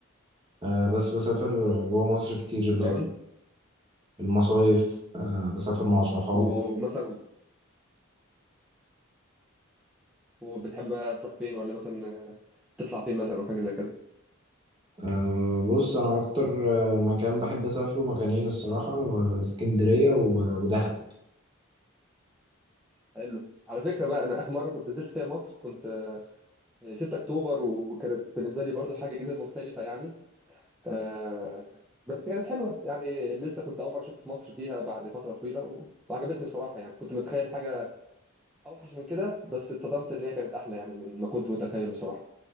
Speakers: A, on the right; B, in the centre.
A: آه، بس بسافر جوه مصر كتير اللي
B: تمام
A: هي المصايف آه، بسافر مع صحابي
B: ومثلا وبتحب بقى تروح فين ولا مثلا آه، تطلع فين مثلا او حاجه زي كده
A: آه، بص انا اكتر آه، مكان بحب اسافره مكانين الصراحه آه، اسكندريه و- ودهب
B: حلو على فكره بقى انا اخر مره كنت نزلت فيها مصر كنت آه، 6 اكتوبر وكانت بالنسبه لي برضو حاجه جديده مختلفه يعني آه، بس كانت حلوه يعني لسه كنت اول مره اشوف مصر فيها بعد فتره طويله و- وعجبتني بصراحه يعني كنت متخيل حاجه اوحش من كده بس اتصدمت ان هي كانت احلى يعني من ما كنت متخيل بصراحه